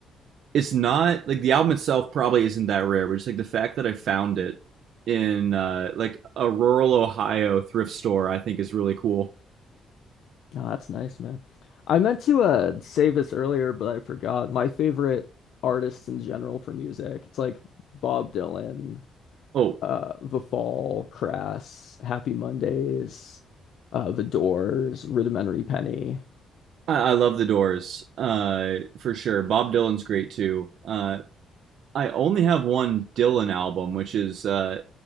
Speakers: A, on the right (about 70°); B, on the left (about 75°).
A: it's not like the album itself probably isn't that rare, but just like the fact that I found it in uh, like a rural Ohio thrift store, I think is really cool.
B: Oh, that's nice, man. I meant to uh say this earlier, but I forgot. My favorite artists in general for music. It's like Bob Dylan,
A: Oh,
B: uh The Fall, Crass, Happy Mondays, uh The Doors, Rudimentary Penny.
A: I, I love the Doors uh, for sure. Bob Dylan's great too. Uh, I only have one Dylan album, which is uh,